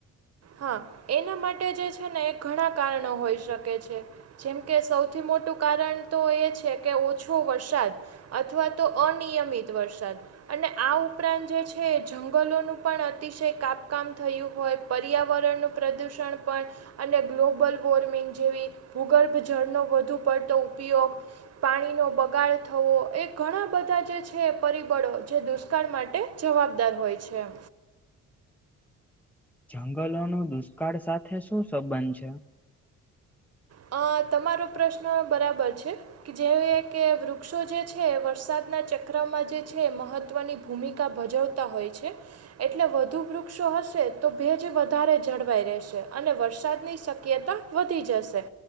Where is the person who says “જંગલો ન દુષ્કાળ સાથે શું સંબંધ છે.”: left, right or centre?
Centre